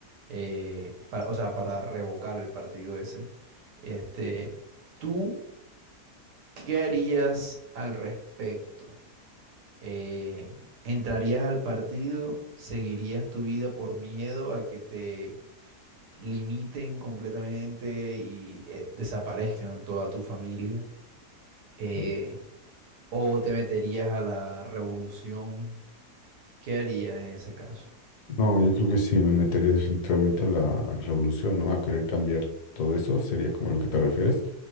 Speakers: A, on the right; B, on the left.
A: eh, pa- o sea, para revocar el partido ese. Este, tú ¿Qué harías al respecto? Eh, ¿entrarías al partido? ¿Seguirías tu vida por miedo a que te limiten completamente y eh, desaparezcan toda tu familia? Eh,
B: Ya.
A: ¿o te meterías a la revolución? ¿Qué harías en ese caso?
B: No, yo creo que sí, me metería definitivamente a la revolución, ¿no? A querer cambiar todo eso, sería como lo que te refieres.